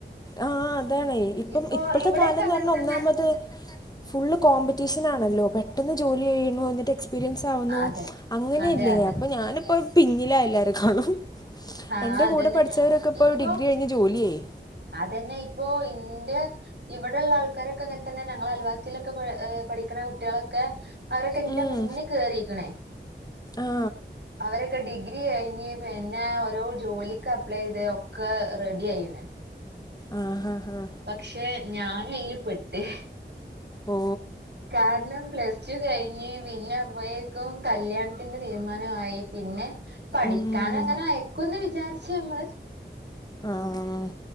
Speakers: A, on the left (about 20°); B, on the right (about 65°).
A: ആഹ് അതാണേ ഇപ്പം
B: ഇപ്പൊ
A: ഇപ്പഴത്തെ
B: ഇവിടെക്കെ
A: കാലന്ന്
B: അങ്ങനെ
A: പറഞ്ഞ
B: തന്നെ
A: ഒന്നാമത് ഫുൾ കോമ്പറ്റീഷൻ ആണല്ലോ പെട്ടെന്ന് ജോലി ചെയ്യണ എന്നിട്ട് എക്സ്പീരിയൻസ് <unintelligible>
B: അതെ
A: അങ്ങനെയല്ലേ
B: അതെ അതെ
A: അപ്പൊ ഞാനിപ്പോ പിന്നിലാ എല്ലാരും കാണും
B: ആഹ്
A: എന്റെറെ
B: അതന്നെ
A: കൂടെ പഠിച്ചവരൊക്കെ ഇപ്പോ
B: ഇപ്പൊ
A: ഡിഗ്രി കഴിഞ്ഞ് ജോലിയായി
B: അതന്നെ ഇപ്പൊ എന്റെ ഇവിടെയള്ള ആൾക്കാരൊക്കെ അങ്ങനെ തന്നെ ഞങ്ങളൾ അലിവാസിയിലൊക്കെ് പഠിക്കുന്ന കുട്ടികളൊക്കെ അവരൊക്കെ എൻ്റെ
A: ഉം.
B: മുന്നേ കേറിക്കണേ
A: ആ
B: അവരൊക്കെ ഡിഗ്രി കഴിഞ്ഞ് പിന്നെ ഓരോ ജോലിക്ക് അപ്ലൈ ചെയ്ത് ഒക്ക റെഡി ആയിണേ
A: ആഹ് ആഹ് ആഹ്
B: പക്ഷെ ഞാൻ അയിൽ പെട്ട്
A: ഓ
B: കാരണം പ്ലസ്ടു പ്ലസ്‌ടു കഴിഞ്ഞ് പിന്നെ അപ്പോഴേക്കും കല്യാണത്തിന്റെ തീരുമാനമായി പിന്നെ പഠിക്കാൻ
A: ഉം.
B: അങ്ങനെ ആയക്കുന്ന് വിചാരിച്ചു നമ്മള്
A: ആഹ്